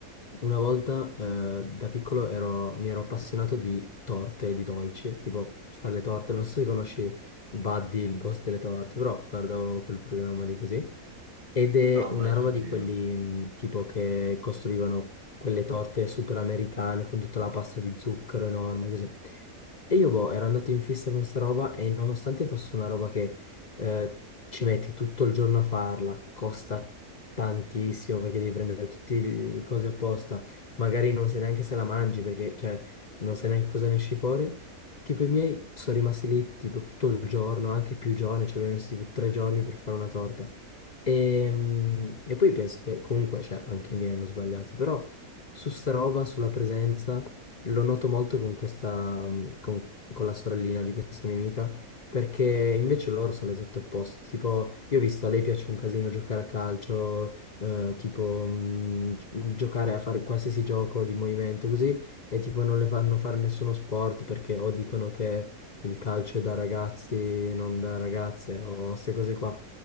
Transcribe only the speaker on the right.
No,
mai sentito.